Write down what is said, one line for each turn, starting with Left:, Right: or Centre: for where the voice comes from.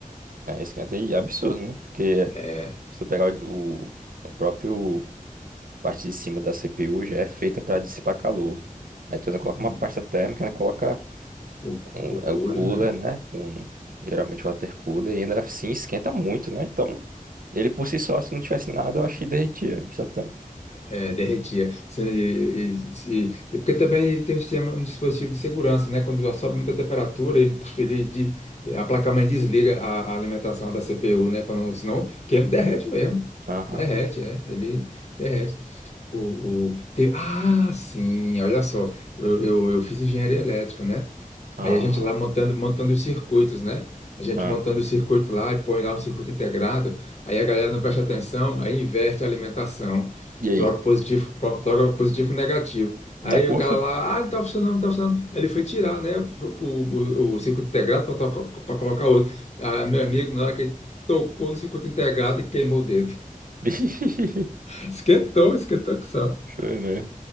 Right: É, esquenta e é absurdo, né? Porque
Left: É,
Right: se tu pegar o, o, o próprio parte de cima da CPU já é feita para dissipar calor. Aí tu ainda coloca
Left: hum,
Right: uma pasta térmica, ainda coloca
Left: o, cu-
Right: o,
Left: o cooler,
Right: é o cooler,
Left: né?
Right: né? Com, geralmente o water cooler, e ainda assim esquenta muito, né? Então, ele por si só, se não tivesse nada, eu acho que derretia instantâneo.
Left: É, derretia. Se, se- e porque também tem um sistema, um dispositivo de segurança, né? Quando sobe muita temperatura, ele, ele de, a placa-mãe desliga a, a alimentação da CPU, né? Para não, senão queima, derrete mesmo.
Right: Aham.
Left: Derrete, é. Ele derrete. O, o, teve- ah, sim, olha só. Eu, eu, eu fiz engenharia elétrica, né?
Right: Ah,
Left: Aí a gente lá montando, montando os circuitos, né? A gente
Right: ah.
Left: montando o circuito lá e põe lá um circuito integrado. Aí a galera não presta atenção, aí inverte a alimentação.
Right: E aí,
Left: Troca positivo, po- troca positivo e negativo. Aí
Right: dá curto?
Left: o cara lá, ah, não tá funcionando, não tá funcionando. Aí ele foi tirar, né, o, o, o circuito integrado para colocar outro. Ah, meu amigo, na hora que ele tocou no circuito integrado e queimou o dedo.
Right: <laughs>
Left: <laughs> Esquentou, esquentou que só.
Right: Show, né?